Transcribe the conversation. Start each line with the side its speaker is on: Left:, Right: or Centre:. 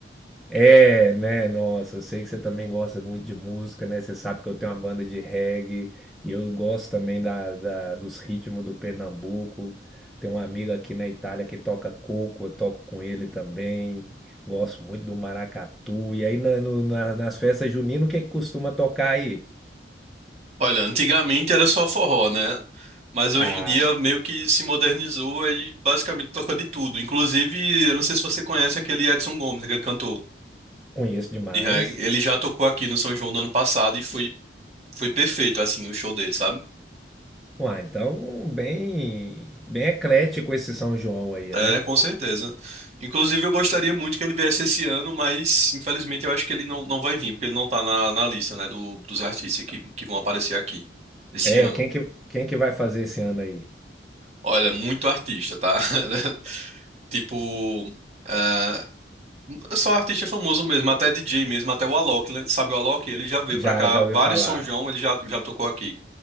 Centre: É, né? Nossa, eu sei que você também gosta muito de música, né? Você sabe que eu tenho uma banda de reggae e eu gosto também da, da- dos ritmos do Pernambuco. Tem uma amiga aqui na Itália que toca coco, eu toco com ele também. Gosto muito do maracatu. E aí na- no- na- nas festas juninas, o que que costuma tocar aí?
Right: Olha, antigamente era só forró, né? Mas hoje
Centre: Ah,
Right: em dia meio que se modernizou e basicamente toca de tudo. Inclusive, eu não sei se você conhece aquele Edson Gomes, aquele cantor
Centre: conheço demais.
Right: de reggae. Ele já tocou aqui no São João do ano passado e foi Foi perfeito, assim, o show dele, sabe?
Centre: Uai, então bem, bem eclético esse São João aí,
Right: É,
Centre: né?
Right: com certeza. Inclusive, eu gostaria muito que ele viesse esse ano, mas infelizmente eu acho que ele não, não vai vir, porque ele não tá na, na lista, né, do, dos artistas que, que vão aparecer aqui esse
Centre: É,
Right: ano.
Centre: quem que, quem que vai fazer esse ano aí?
Right: Olha, muito artista, tá? <laughs> Tipo, ah, só artista famoso mesmo, até DJ mesmo, até o Alok, né? sabe o Alok? Ele já veio
Centre: Já,
Right: pra cá,
Centre: já
Right: vários
Centre: ouvi falar.
Right: São João ele já, já tocou aqui.